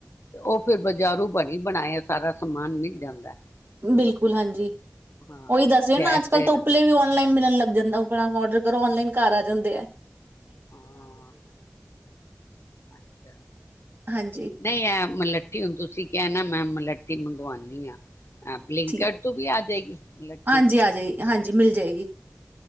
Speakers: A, on the left; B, on the right.
A: ਤੇ ਉਹ ਫੇਰ ਬਾਜ਼ਾਰੂ ਬਣੀ ਬਣਾਇ ਸਾਰਾ ਸਮਾਨ ਮਿਲ ਜਾਂਦਾ ਹੈ।
B: ਬਿਲਕੁਲ ਹਾਂਜੀ
A: ਹਾਂ
B: ਓਹੀ ਦੱਸਦੇ
A: ਗੈਸ
B: ਨਾ ਅੱਜ ਕਲ
A: ਤੇ
B: ਤਾਂ ਉੱਪਲੇ ਵੀ ਔਨਲਾਈਨ ਮਿਲਣ ਲੱਗ ਜਾਂਦਾ ਔਡਰ ਅਗਰ ਔਨਲਾਈਨ ਘਰ ਆ ਜਾਂਦੇ ਹੈ।
A: ਹਾਂ ਅੱਛਾ
B: ਹਾਂਜੀ
A: ਨਹੀਂ ਆ ਮਲੱਠੀ ਹੁਨ ਤੁਸੀਂ ਕਹਿਣਾ ਮੈਂ ਲੱਟੀ ਮੰਗਵਾਉਣੀ ਆ ਬਲਿੰਕਇੱਟ
B: ਠੀਕ
A: ਤੋਂ ਵੀ ਆ ਜਾਏਗੀ ਮੁਲੱਠੀ
B: ਹਾਂਜੀ ਆ ਜਾਏਗੀ ਹਾਂਜੀ ਮਿਲ ਜਾਏਗੀ।